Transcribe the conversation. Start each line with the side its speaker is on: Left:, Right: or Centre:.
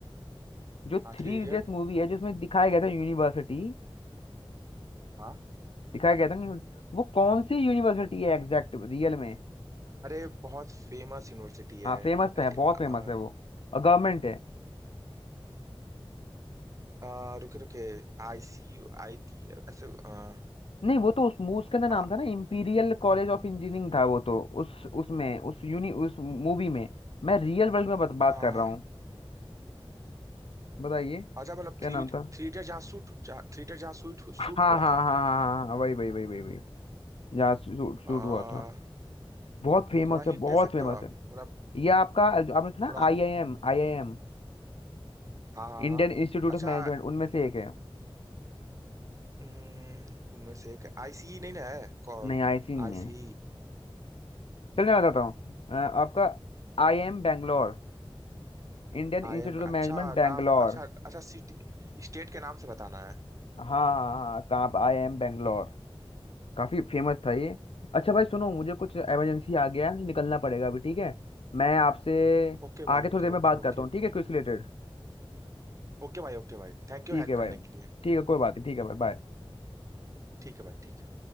Left: जो
Right: हाँ
Left: थ्री
Right: थ्री इडियट
Left: इडियट्स मूवी है जिसमें दिखाया गया था यूनिवर्सिटी
Right: हाँ
Left: दिखाया गया था ना, वो कौन सी यूनिवर्सिटी है एग्जैक्ट रियल में
Right: अरे बहुत फेमस यूनिवर्सिटी है
Left: हाँ फेमस तो
Right: अरे
Left: है बहुत फेमस
Right: आ,
Left: है वो और गवर्नमेंट है
Right: आ, रुके रुके आई सी यू आई टी ऐसे आ,
Left: नहीं वो तो उस मूवी के अंदर
Right: आ,
Left: नाम था ना इम्पीरियल कॉलेज ऑफ इंजीनियरिंग था वो तो उस उसमें उस यूनि उस मूवी में मैं रियल वर्ल्ड में बात
Right: हाँ
Left: बात
Right: हाँ
Left: कर रहा
Right: हाँ
Left: हूँ बताइए
Right: अच्छा मतलब
Left: क्या
Right: थ्री
Left: नाम था
Right: थ्री इडियट जहाँ शूट थ्री इडियट जहाँ शूट शूट
Left: हाँ
Right: हुआ
Left: हाँ
Right: था
Left: हाँ हाँ हाँ हाँ, वही वही वही वही वही यहाँ शूट शूट
Right: आ,
Left: हुआ था बहुत फेमस
Right: थोड़ा
Left: है
Right: हिंट
Left: बहुत
Right: दे सकते
Left: फेमस
Right: हो आप
Left: है
Right: मतलब
Left: ये आपका जो आपने सुना
Right: थोड़ा
Left: आई आई एम आई आई एम
Right: हाँ हाँ
Left: Indian
Right: हाँ
Left: Institute
Right: अच्छा
Left: of Management उनमें से एक है
Right: उम, उनमें से एक आईसी नहीं ना है
Left: नहीं आईसी नहीं
Right: आईसी
Left: है चलिए मैं बताता हूँ अ, आपका आई आई एम Bangalore Indian Institute
Right: आई एम
Left: of Management
Right: अच्छा
Left: Bangalore
Right: नाम अच्छा अच्छा सिटी स्टेट के नाम से बताना है
Left: हाँ हाँ हाँ कहाँ पर आई आई एम बैंगलोर काफी फेमस था ये अच्छा भाई सुनो मुझे कुछ इमरजेंसी आ गया है मुझे निकलना पड़ेगा अभी ठीक है मैं आपसे
Right: ओके भाई
Left: आगे
Right: okay
Left: थोड़ी देर में
Right: okay
Left: बात
Right: okay
Left: करता हूँ
Right: okay
Left: ठीक है क्विज रिलेटेड
Right: Okay भाई ओके भाई थैंक
Left: ठीक
Right: यू हेल्प
Left: है
Right: करने
Left: भाई
Right: के लिए
Left: ठीक है कोई बात नहीं ठीक है भाई बाय
Right: ठीक है भाई ठीक है